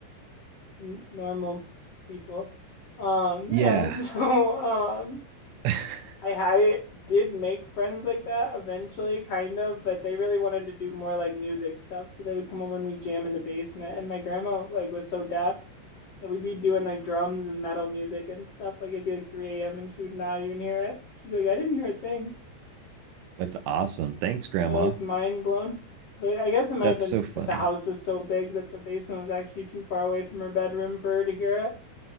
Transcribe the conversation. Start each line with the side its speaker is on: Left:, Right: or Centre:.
Left: n normal people. Um,
Right: Yeah.
Left: and <laughs> so um
Right: <laughs>
Left: I I did make friends like that eventually, kind of, but they really wanted to do more like music stuff. So they would come over and we'd jam in the basement. And my grandma like was so deaf that we'd be doing like drums and metal music and stuff. Like it'd be like 3 a.m. and she would not even hear it. She'd be like, I didn't hear a thing.
Right: That's awesome. Thanks, Grandma.
Left: And I was mind blown. But I guess it might
Right: That's
Left: have been
Right: so
Left: just
Right: funny.
Left: that the house was so big that the basement was actually too far away from her bedroom for her to hear it.